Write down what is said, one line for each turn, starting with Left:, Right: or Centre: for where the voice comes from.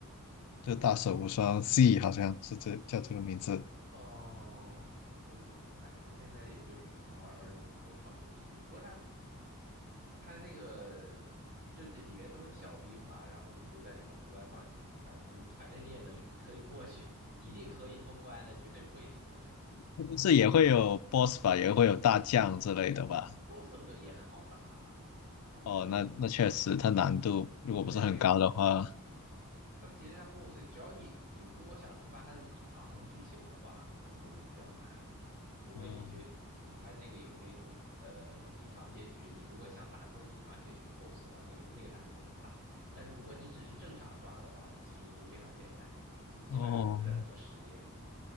Left: 就《大蛇无双 C 好像是这叫这个名字，
Right: 哦，我就，哎，我现在也就是只能玩玩这种割草游戏。不过他，他那个就这里面都是小兵嘛，然后你就在里面胡乱放技能，反正反正你也能可以过去，<laughs> 一定可以通关的，绝对不会死。
Left: 但是也会有 BOSS 吧，也会有大将之类的吧。
Right: <laughs> BOSS 都也很好打啊，他那个
Left: 哦，那那确实，它难度如果不是很高的话，
Right: 对。它其实它 BOSS，只要你你如果想触发它的隐藏剧情的话，可能就会比较难，除非你去你它那个有那种呃隐藏结局，
Left: 哦
Right: 你如果想打过隐藏结局的 BOSS 的话，那个那个难度就很大。但是如果你只是正常刷的话，其实都非常简单，就基本上就是在磨时间。
Left: 哦